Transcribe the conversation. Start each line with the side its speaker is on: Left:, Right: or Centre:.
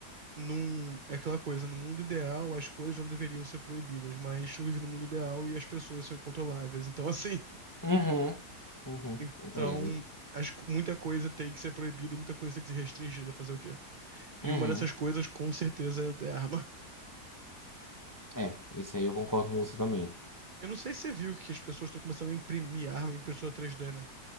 Right: num, é aquela coisa, no mundo ideal as coisas não deveriam ser proibidas, mas a gente não vive no mundo ideal e as pessoas são incontroláveis. Então, assim,
Left: Uhum, uhum,
Right: Então,
Left: compreendo.
Right: acho que muita coisa tem que ser proibida e muita coisa tem que ser restringida. Fazer o quê? E
Left: Uhum.
Right: uma dessas coisas, com certeza, é arma. <laughs>
Left: É, isso aí eu concordo com você também.
Right: Eu não sei se você viu que as pessoas estão começando a imprimir arma em impressora 3D, né?